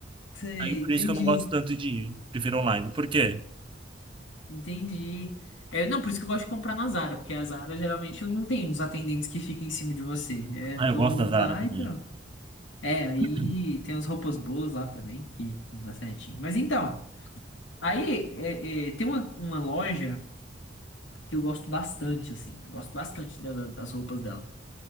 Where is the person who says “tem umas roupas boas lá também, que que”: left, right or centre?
Left